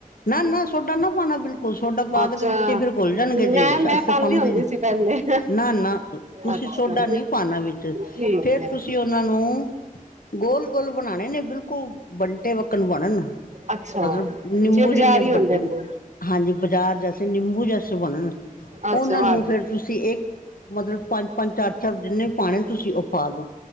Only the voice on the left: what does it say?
ਨਾ ਨਾ ਸੋਡਾ ਨਾ ਪਾਣਾ ਬਿਲਕੁਲ, ਸੋਡਾ ਪਾ
ਕੇ ਵਿੱਚ ਫੇਰ ਖੁੱਲ ਜਾਣਗੇ
ਜੇ
ਅਸੀਂ
ਪਾਦੇ
ਨੀ।
ਨਾ ਨਾ ਤੁਸੀਂ
ਸੋਡਾ ਨਹੀਂ ਪਾਣਾ ਵਿੱਚ
ਫੇਰ
ਤੁਸੀਂ ਤੇ ਉਨਾਂ ਨੂੰ ਗੋਲ- ਗੋਲ ਬਣਾਉਣੇ ਨੇ ਬਿਲਕੁਲ ਬੰਨਟ ਟੇ ਵੱਕਣ ਬਣਨ
ਮਤਲਬ ਨਿੰਬੂ
ਜਿੰਨੇ
ਵੱਡੇ
ਹਾਂਜੀ ਬਾਜ਼ਾਰ ਜਾ ਨਿੰਬੂ ਜੈਸੇ ਬਣਨ,
ਉਹਨਾਂ
ਨੂੰ ਫੇਰ ਤੁਸੀਂ ਇਹ ਮਤਲਬ ਪੰਜ- ਪੰਜ ਚਾਰ- ਚਾਰ ਜਿੰਨੇ ਪਾਣੇ ਤੁਸੀਂ ਉਹ ਪਾ ਲੋ।